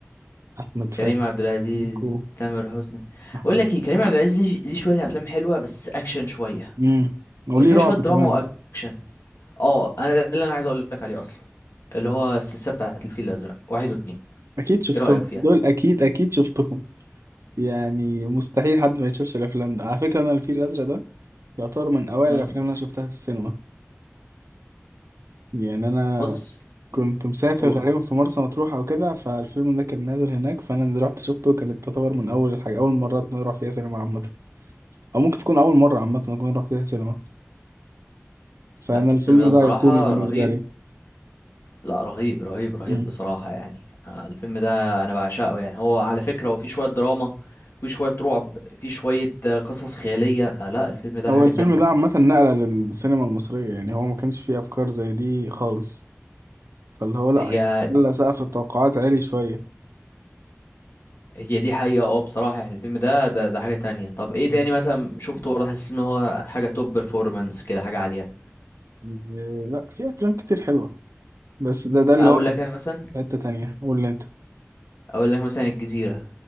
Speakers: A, on the right; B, on the left.
A: أحمد فهمي
B: كريم عبد العزيز
A: ميكو
B: تامر حسني
A: أحمد
B: بقول لك ايه كريم عبد العزيز ليه ليه شوية افلام حلوة بس اكشن شوية
A: امم وليه
B: يعني فيها
A: رعب
B: شوية دراما
A: كمان
B: واكشن اه انا ده اللي انا عايز اقول لك عليه اصلا اللي
A: مم.
B: هو السلسلة بتاعت الفيل الأزرق واحد واتنين
A: أكيد شفتهم
B: ايه رأيك فيها؟
A: دول أكيد أكيد شفتهم يعني مستحيل حد ما يشوفش الأفلام ده على فكرة أنا الفيل الأزرق ده يعتبر من أوائل
B: مم.
A: الأفلام اللي أنا شفتها في السينما يعني أنا
B: بص
A: كنت
B: مم.
A: مسافر
B: قول
A: غالبا في مرسى مطروح أو كده فالفيلم ده كان نازل هناك فأنا رحت شفته كانت تعتبر من أول الحاجة أول مرات أنا أروح فيها سينما عامة أو ممكن تكون أول مرة عامة أكون أروح فيها سينما فأنا
B: لا الفيلم
A: الفيلم
B: ده
A: ده
B: بصراحة
A: أيقوني بالنسبة
B: رهيب
A: لي
B: لا رهيب رهيب رهيب
A: مم.
B: بصراحة يعني آه، الفيلم ده أنا بعشقه يعني هو على فكرة هو فيه شوية دراما فيه شوية رعب فيه شوية آه، قصص خيالية فلا الفيلم ده
A: هو
B: حاجة
A: الفيلم
B: تانية
A: ده عامة نقلة للسينما المصرية يعني هو ما كانش فيه أفكار زي دي خالص فاللي هو لأ
B: هي
A: يعني خلى سقف التوقعات عالي شوية
B: هي دي حقيقة اه بصراحة يعني الفيلم ده ده ده حاجة تانية طب ايه
A: مم.
B: تاني مثلا شفته برضه حاسس ان هو حاجة توب بيرفورمانس كده حاجة عالية
A: إيه، لأ في أفلام كتير حلوة بس ده ده اللي
B: اقول
A: هو كان
B: لك انا مثلا
A: في حتة تانية قول لي أنت
B: اقول لك مثلا الجزيرة